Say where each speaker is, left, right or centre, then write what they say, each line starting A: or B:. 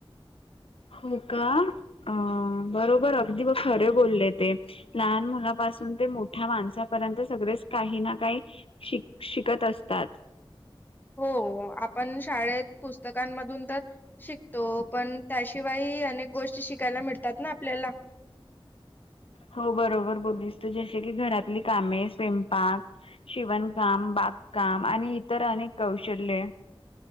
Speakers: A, on the left; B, on the left.
A: होय का. अं बरोबर अगदी ब खरे बोलले ते. लहान मुलापासून ते मोठ्या माणसापर्यंत सगळेच काही ना काही, शिक शिकत असतात.
B: हो. आपण शाळेत पुस्तकांमधून तर, शिकतो पण त्याशिवाय अनेक गोष्टी शिकायला मिळतात ना आपल्याला.
A: हो. बरोबर बोललीस तू जसे की घरातली कामे स्वयंपाक शिवणकाम, बागकाम आणि इतर अनेक कौशल्ये